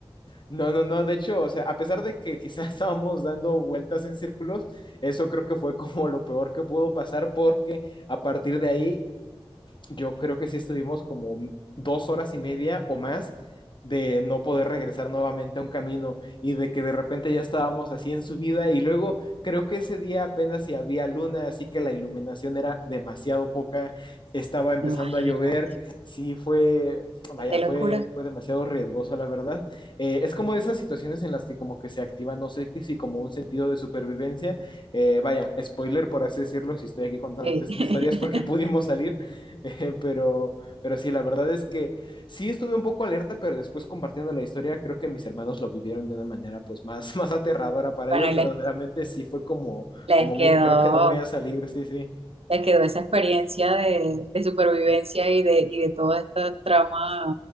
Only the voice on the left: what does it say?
no, no, no, de hecho, o sea, a pesar de que quizás <laughs> estábamos dando vueltas en círculos, eso creo que fue como lo peor que pudo pasar porque a partir de ahí yo creo que sí estuvimos como dos horas y media o más de no poder regresar nuevamente a un camino y de que de repente ya estábamos así en subida y luego creo que ese día apenas si había luna, así que la iluminación era demasiado poca, estaba empezando
a llover, sí fue, vaya,
fue,
fue demasiado riesgoso la verdad. Eh, es como de esas situaciones en las que como que se activa, no sé si como un sentido de supervivencia, eh, vaya, spoiler por así decirlo, si estoy aquí contándote
estas
historias porque pudimos salir, <laughs> Pero, pero sí, la verdad es que sí estuve un poco alerta, pero después compartiendo la historia, creo que mis hermanos lo vivieron de una manera pues más, <laughs> más aterradora. Para
ellos
verdaderamente
sí fue como,
como un
creo que no voy a salir, sí, sí.